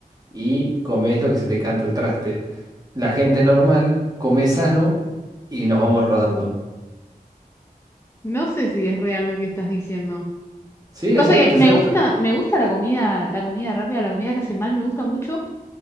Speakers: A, on the right (about 25°); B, on the left (about 15°).
A: y comés lo que se te canta el traste. La gente normal come sano y nos vamos rodando.
B: No sé si es real lo que estás diciendo.
A: Sí,
B: Pasa
A: es cierto,
B: que me
A: es cierto.
B: gusta, me gusta la comida, la comida rápida, la comida que hace mal, me gusta mucho,